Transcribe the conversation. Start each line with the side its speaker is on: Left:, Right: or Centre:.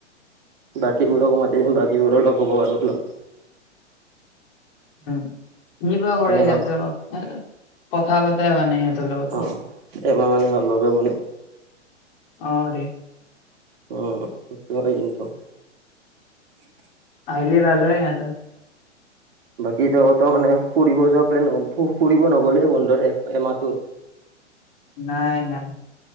Right: বাকীবোৰক মাতি দিম বাকীবোৰো লগ হ'ব অলপ।
Left: উম কিবা কৰে সিহঁতে,
Right: হ'ল
Left: কথা পাতাই হোৱা নাই সিহঁতৰ লগতো।
Right: অ', এমাহ মানে হ' ল লগে পোৱা নাই।
Left: অ'দে।
Right: অ স কিন্তু <unintelligible>
Left: আহিলে ভাল হয় সিহঁতো।
Right: বাকী তহঁত মানে ফুৰিব যোৱা প্লেন ফুৰিব নগ'লে বন্ধৰ এক এমাহটোত।
Left: নাই নাই